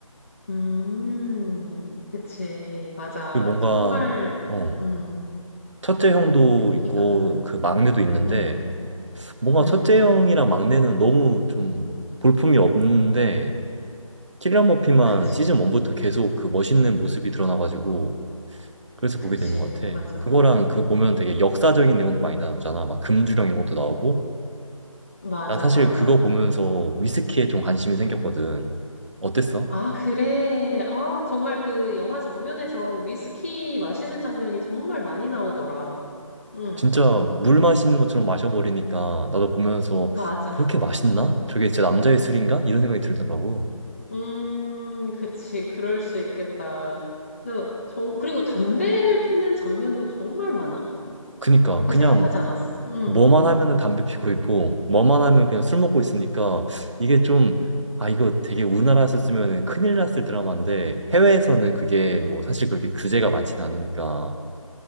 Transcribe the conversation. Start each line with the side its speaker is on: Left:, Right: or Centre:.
Left: 음, 그치. 맞아.
Right: 그 뭔가
Left: 정말,
Right: 어,
Left: 음,
Right: 첫째 형도
Left: 연기가,
Right: 있고
Left: 음,
Right: 그 막내도
Left: 음,
Right: 있는데
Left: 음,
Right: 뭔가
Left: 음,
Right: 첫째 형이랑 막내는 너무 좀 볼품이 없는데 킬리안 머피만
Left: 그치.
Right: 시즌 1부터 계속 그 멋있는 모습이 드러나가지고 그래서
Left: 그치.
Right: 보게 되는 것 같아.
Left: 맞아.
Right: 그거랑 그 보면 되게 역사적인 내용도 많이 나오잖아. 막 금주령 이런 것도 나오고.
Left: 맞아,
Right: 난 사실
Left: 맞아.
Right: 그거 보면서 위스키에 좀 관심이 생겼거든. 어땠어?
Left: 아, 그래. 아, 정말 그 영화 장면에서 위스키 마시는 장면이 정말 많이 나오더라. 음,
Right: 진짜 물 마시는 것처럼 마셔버리니까 나도 보면서
Left: 맞아.
Right: 그렇게 맛있나? 저게 진짜 남자의 술인가? 이런 생각이 들더라고.
Left: 음, 그치. 그럴 수 있겠다. 근데 정, 그리고 담배를 피는 장면도 정말 많아.
Right: 그니까
Left: 그렇게
Right: 그냥
Left: 생각하지 않았어. 음,
Right: 뭐만
Left: 음,
Right: 하면은 담배 피고 있고 뭐만 하면 그냥 술 먹고
Left: 그치.
Right: 있으니까 이게 좀 아 이거 되게 우리나라에서 쓰면 큰일 났을 드라마인데 해외에서는 그게 뭐
Left: 음.
Right: 사실 그렇게 규제가 많지는 않으니까